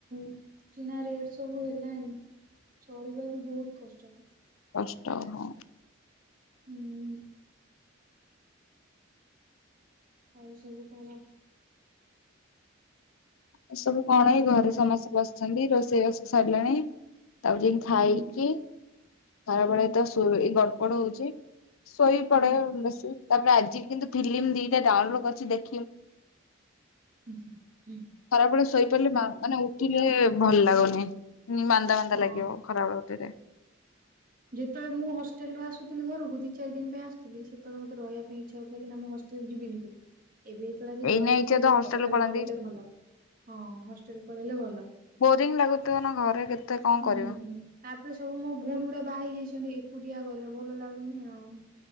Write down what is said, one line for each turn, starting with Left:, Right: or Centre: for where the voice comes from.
Right: କ ସୁନା ରେଟ ସବୁ ହେଲାଣି ଚଳିବା ବି ବହୁତ କଷ୍ଟ।
Left: ଷ୍ଟ ହଁ।
Right: ହୁଁ। ଆଉ ସବୁ କଣ?
Left: ଏ ସବୁ କଣ
Right: କହିବି
Left: ଏଇ ଘରେ ସମସ୍ତେ ବସିଛନ୍ତି, ରୋଷେଇ ବାସ ସରିଲାଣି। ତାକୁ ଯାଇଁ ଖାଇକି
Right: ହୁଁ
Left: ଖରାବେଳେ
Right: ହୁଁ
Left: ତ ଶୋଇ ଏଇ ଗଡପଡ ହଉଚି। ଶୋଇ ପଡେ
Right: ହୁଁ
Left: ବେଶୀ, ତାପରେ ଆଜି କିନ୍ତୁ ଫିଲିମ୍ ଦିଟା ଡାଉନଲୋଡ କରିଛି ଦେଖ
Right: ଉଁ ହୁଁ ହୁ।
Left: ଖରାବେଳେ ଶୋଇ ପଡ଼ିଲେ ମା ମାନେ ଉଠିଲେ
Right: ଆଉ କାମ
Left: ଭଲ
Right: କଣ
Left: ଲାଗୁନି ମାନ୍ଦା ମାନ୍ଦା
Right: ହଁ
Left: ଲାଗିବ ଖରାବେଳ ଟାରେ।
Right: ଯେତେବେଳେ ମୁଁ ହଷ୍ଟେଲରୁୁ ଆସୁଥିଲି ଘରକୁ ଦି ଚାରି ଦିନ ପାଇଁ ଆସୁଥିଲି ସେତେବେଳେ ମତେ ରହିଆ ପାଇଁ ଇଚ୍ଛା ହଉଥିଲା କି ନା ମୁଁ ହଷ ଷ୍ଟେଲ ଯିବିନି ବୋଲି। ଏବେ ଯେତେବେଳେ ଆସି ଘରେ
Left: ଏଇନା
Right: ରହୁଚି,
Left: ଇଚ୍ଛା ତ
Right: ହେ ହଷ୍ଟେଲ
Left: ପଳାନ୍ତି
Right: ପଳେଇଲେ ଭଲ ହଁ ହଷ୍ଟେଲ ପଳେଇଲେ ଭଲ।
Left: ବୋରିଂ ଲାଗୁଥିବ ନା ଘରେ କେତେ କଁ
Right: ହୁଁ
Left: କରିବ।
Right: ତାପରେ ସବୁ ମୋ ଭଉଣୀ ଗୁଡା ବାହା ହେଇ ଯାଇଛନ୍ତି ଏକୁଟିଆ ଘରେ ଭଲ ଆ ଲାଗୁନି ଆଉ।